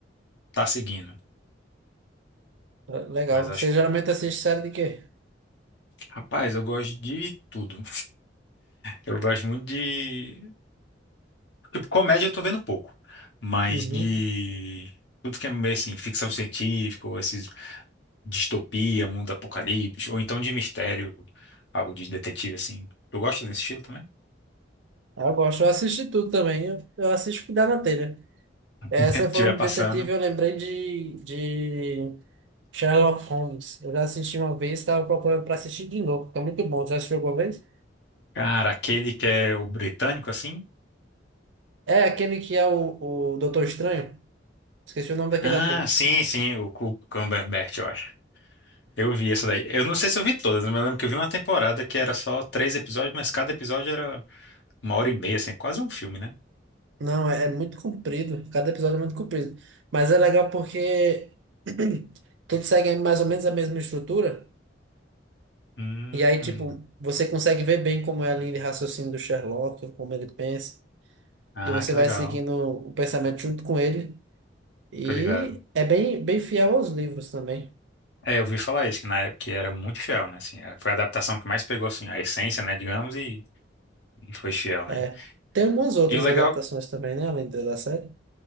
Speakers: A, on the left (about 70°); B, on the right (about 80°).
A: tá seguindo.
B: Legal.
A: Mas acho,
B: Você geralmente assiste série de quê?
A: Rapaz, eu gosto de tudo. Eu gosto muito de. Tipo, comédia eu tô vendo pouco. Mas
B: Uhum.
A: de. Tudo que é meio assim, ficção científica, ou esses distopia, mundo apocalipse, ou então de mistério, algo de detetive, assim. Eu gosto desse estilo também.
B: Ah, eu gosto. Eu assisti tudo também. Eu, eu assisto o que dá na telha.
A: <laughs>
B: Essa
A: Se
B: forma
A: tiver passando.
B: de detetive eu lembrei de, de Sherlock Holmes. Eu já assisti uma vez, estava procurando para assistir de novo, porque é muito bom. Já assistiu alguma vez?
A: Cara, aquele que é o britânico, assim.
B: É aquele que é o, o Doutor Estranho? Esqueci o nome daquele
A: Ah,
B: ator.
A: sim, sim, o Cu- Cumberbatch, eu acho. Eu vi essa daí. Eu não sei se eu vi todas, mas eu lembro que eu vi uma temporada que era só três episódios, mas cada episódio era. Uma hora e meia, assim, quase um filme, né?
B: Não, é, é muito comprido. Cada episódio é muito comprido. Mas é legal porque <clears throat> todos seguem mais ou menos a mesma estrutura.
A: Hum.
B: E aí, tipo, você consegue ver bem como é a linha de raciocínio do Sherlock, como ele pensa.
A: Ah,
B: E você
A: que
B: vai
A: legal.
B: seguindo o pensamento junto com ele. E
A: Tô ligado.
B: é bem, bem fiel aos livros também.
A: É, eu ouvi falar isso, que na época que era muito fiel, né? Assim, é, foi a adaptação que mais pegou, assim, a essência, né, digamos, e, e foi fiel,
B: É.
A: né?
B: Tem algumas outras
A: E o
B: adaptações
A: legal...
B: também, né? Além da da série.